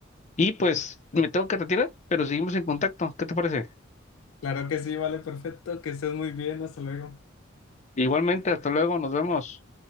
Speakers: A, on the left; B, on the left.
A: Y pues me tengo que retirar, pero seguimos en contacto. ¿Qué te parece?
B: Claro que sí, vale, perfecto, que estés muy bien, hasta luego.
A: Igualmente, hasta luego, nos vemos.